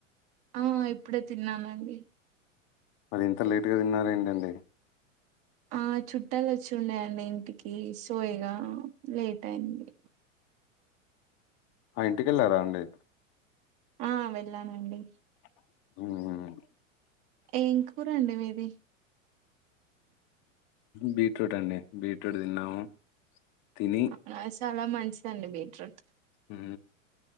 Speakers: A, on the right (about 45°); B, on the left (about 50°).
A: ఆ ఇప్పుడే తిన్నానండి
B: మరి ఇంత లేట్ గా తిన్నారేంటండి
A: ఆ చుట్టాలు వచ్చి ఉన్నాయండి ఇంటికి కి సో ఇగా లేట్ అయింది
B: ఆ ఇంటికెళ్ళారా అండి
A: ఆ వెెళ్ళానండి
B: ఆమ్
A: ఏం కూర అండి మీది
B: బీట్రూట్ అండి బీట్రూట్ దిన్నాము తిని
A: అవునా చాలా మంచిదండి బీట్రూట్
B: ఉ